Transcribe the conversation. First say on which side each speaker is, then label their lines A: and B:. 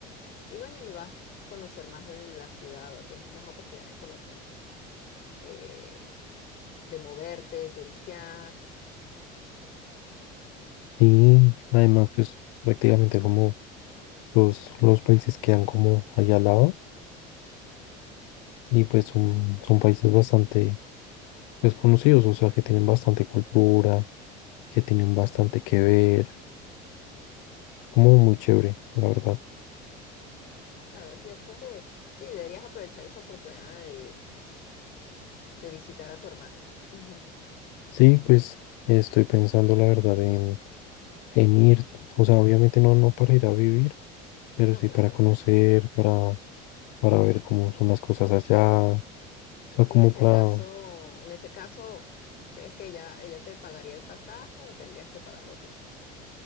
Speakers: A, on the left (about 50°); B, on the left (about 75°).
A: y bueno, y vas a conocer más de la ciudad, va- tienes más oportunidad de conocer, eh, de moverte, de turistear.
B: Y además, pues prácticamente como todos los países quedan como allá al lado.
A: Sí,
B: y pues son, son países bastante pues, conocidos, o sea, que tienen bastante cultura, que tienen bastante que ver, como muy chévere, la verdad.
A: claro, yo creo que sí, deberías aprovechar esa oportunidad de, de visitar a tu hermana. <laughs>
B: Sí, pues estoy pensando, la verdad, en, en ir, o sea, obviamente no, no para ir a vivir, pero
A: No,
B: sí
A: claro.
B: para conocer, para, para ver cómo son las cosas allá, o sea,
A: Y
B: como
A: en ese
B: para,
A: caso, en ese caso, ¿crees que ella, ella te pagaría el pasaje o tendrías que pagarlo tú?